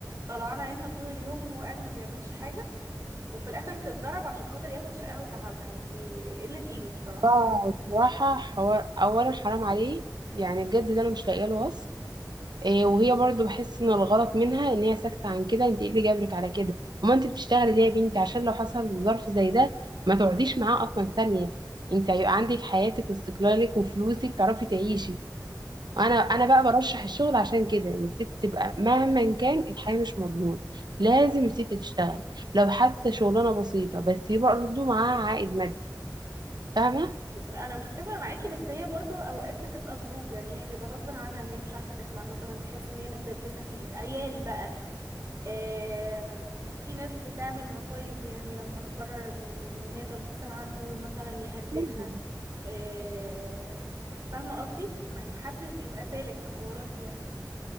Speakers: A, on the right (about 45°); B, on the right (about 75°).
A: طلعانه عينها طول اليوم وهو قاعد ما بيعملش حاجه وفي الاخر تتضرب عشان خاطر ياخد شقاها وتعبها يعني قله قيمه بصراحه
B: فبصراحه حوار اولا حرام عليه يعني بجد ده انا مش لاقيه له وصف إيه وهي برضو بحس ان الغلط منها ان هي ساكته عن كده انت ايه اللي جابرك على كده وما انت بتشتغلي ليه يا بنتي عشان لو حصل ظرف زي ده ما تقعديش معاه اصلا ثانيه انت هيبقى عندك حياتك واستقلالك وفلوسك تعرفي تعيشي انا انا بقى برشح الشغل عشان كده ان الست تبقى مهما كان الحياه مش مضمون لازم الست تشتغل لو حتى شغلانه بسيطه بس يبقى برضه معاها عائد مادي فاهمه
A: انا متفقه معاكي بس هي برضو اوقات بتبقى ظروف يعني هي بيبقى غصب عنها ان هي مش عارفه تخلع مثلا تحس ان هي متدبسه فيه عيال بقى آه، في ناس بتعمل مصايب يعني لما تقرر ان ان هي تنفصل عنه مثلا يهددها
B: مم.
A: آه، فاهمة قصدي؟ ما- محدش بيبقى سالك في الحوارات دي يعني